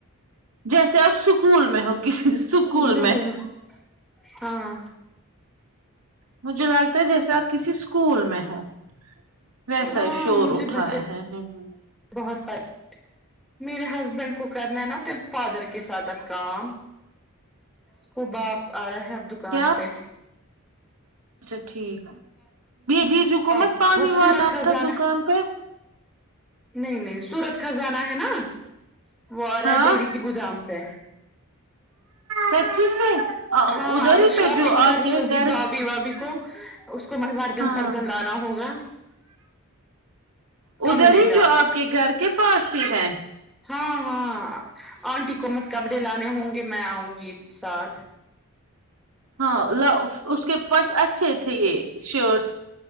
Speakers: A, on the right; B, in the centre.
A: جیسے آپ اسکول میں ہو کسی اسکول
B: اس میں یہ نا ہاں
A: مجھے لگتا جیسے آپ کسی اسکول میں ہو ویسا
B: ہاں
A: ہی شور
B: مجھے
A: اٹھایا
B: بچے
A: ہے نہیں
B: بہت بٹ میرے ہسبینڈ کو کرنا ہے نا اپنے فادر کے ساتھ اب کام اسکو باپ آ رہا ہے اب دکان
A: کیا
B: پہ
A: اچھا ٹھیک جیجو
B: باپ
A: کومت پانی
B: وہ سورت
A: وانی
B: خزانہ
A: رکھ دکان پہ
B: نہیں نہیں سورت خزانہ ہے نا وہ آ رہا
A: ہاں
B: ہے ڈری کی گودام پہ
A: سچی سے
B: ہاں
A: ادھر
B: اگر
A: ہی پہ
B: شاپنگ
A: جو آپ
B: کرنی
A: کے
B: ہوگی
A: گھر
B: بھابھی وابی کو اس کو مہوار گنتر
A: ہاں
B: کن لانا ہوگا
A: ادھر
B: کا ملے
A: ہی
B: گا
A: جو آپ کے گھر کے پاس ہی ہے
B: ہاں ہاں آنٹی کو مت کپڑے لانے ہوں گے میں آؤں گی ساتھ
A: ہاں لوف اس کے پاس اچھے تھے یہ شرٹس